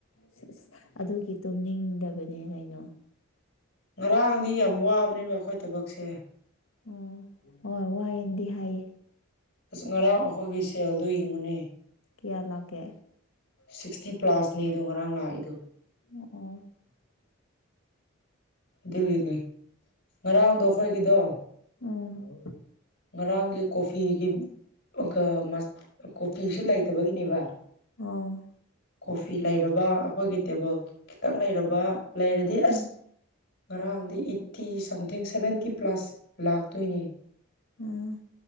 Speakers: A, on the left; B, on the left.
A: ꯁꯦꯁ ꯑꯗꯨꯒꯤ ꯇꯨꯝꯅꯤꯡꯗꯕꯅꯦ ꯀꯩꯅꯣ
B: ꯉꯔꯥꯡꯗꯤ ꯌꯥꯝ ꯋꯥꯕꯅꯦꯕ ꯑꯩꯈꯣꯢ ꯊꯕꯛꯁꯦ
A: ꯎꯝ ꯍꯣꯢ ꯋꯥꯌꯦꯅꯗꯤ ꯍꯥꯢꯌꯦ
B: ꯑꯁ ꯉꯔꯥꯡ ꯑꯩꯈꯣꯢꯒꯤ ꯁꯦꯜꯗꯣ ꯌꯦꯡꯉꯨꯅꯦ꯫
A: ꯀꯌꯥ ꯂꯥꯛꯀꯦ
B: ꯁꯤꯛꯁꯇꯤ ꯄ꯭ꯂꯥꯁꯅꯦꯗꯣ ꯉꯔꯥꯡ ꯂꯥꯛꯏꯗꯣ
A: ꯑꯣ ꯑꯣ 'inaudible' <inaudible>
B: ꯗꯨꯒꯤꯅꯤ ꯉꯔꯥꯡꯗꯣ ꯑꯩꯈꯣꯢꯒꯤꯗꯣ
A: ꯑꯣ
B: ꯉꯔꯥꯡꯒꯤ ꯀꯣꯐꯤꯒꯤꯒ ꯃꯠ ꯀꯣꯐꯤꯁꯨ ꯂꯩꯇꯕꯒꯤꯅꯦꯕ
A: ꯑꯣꯥ
B: ꯀꯣꯐꯤ ꯂꯩꯔꯕ ꯑꯩꯈꯣꯢꯒꯤ ꯇꯦꯕꯜ ꯈꯤꯇꯪ ꯂꯩꯔꯕ ꯂꯩꯔꯗꯤ
A: ꯎꯝ
B: ꯑꯁ ꯉꯔꯥꯡꯗꯤ ꯑꯦꯠꯇꯤ ꯁꯝꯊꯤꯡ ꯁꯚꯦꯟꯇꯤ ꯄ꯭ꯂꯥꯁ ꯂꯥꯛꯇꯣꯢꯅꯦ
A: ꯎꯝ